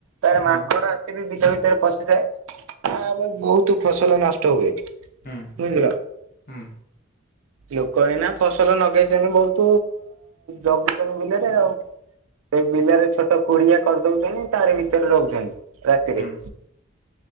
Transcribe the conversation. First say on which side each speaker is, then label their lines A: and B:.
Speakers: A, on the right; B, on the left.
A: ତାର
B: ହଁ
A: ମାଙ୍କଡ ଆସିବି ବିଲ ଭିତରେ ପଶିଯାଏ ଆଉ ଆମର ବହୁତ ଫସଲ ନଷ୍ଟ ହୁଏ।
B: ହୁଁ
A: ବୁଝିଲ?
B: ହୁଁ
A: ଲୋକ ଏଇନା ଫସଲ ଲଗେଇଛନ୍ତି ବହୁତ ଜଗୁଛନ୍ତି ବିଲରେ ଆଉ ସେ ବିଲରେ ଛୋଟ କୁଡିଆ କରିଦଉଛନ୍ତି ତାରି ଭିତରେ ରହୁଛନ୍ତି ରାତିରେ
B: ହୁଁ